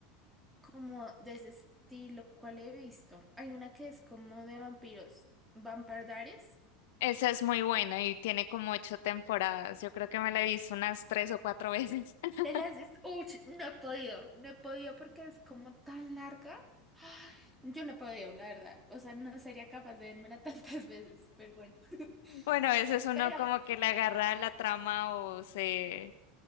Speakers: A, in the centre; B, on the left.
A: como de ese estilo, ¿cuál he visto? Hay una que es como de vampiros, Vampire Diaries.
B: Esa es muy buena y tiene como ocho temporadas. Yo creo que me la he visto unas tres o cuatro veces. <laughs>
A: ¿Te la has visto? Uy, no he podido, no he podido porque es como tan larga. Yo no he podido, la verdad. O sea, no sería capaz de vérmela <laughs> tantas veces, pero bueno. <laughs>
B: Bueno, a veces uno
A: Pero,
B: como que le agarra la trama o se,